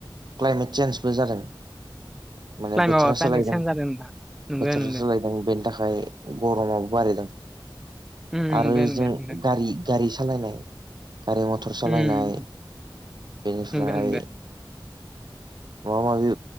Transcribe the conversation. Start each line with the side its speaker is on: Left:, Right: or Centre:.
Right: क्लाइमेट चेन्जबो जादों माने
Centre: क्लाइमा
Right: बोथोरा
Centre: क्लाइमेक्स
Right: सोलायदों
Centre: चेन्ज जादों नोंथां नोंगो
Right: बोथोरा
Centre: नोंगो
Right: सोलायदों बेनि थाखाय गरमाबो बारायदों
Centre: उम
Right: आरो
Centre: नोंगो नोंगो
Right: जों
Centre: नोंथां
Right: गारि गारि सालायनाय गारि मथर सालायनाय
Centre: उम
Right: बेनिफ्राय
Centre: नोंगो नोंगो
Right: माबा माबि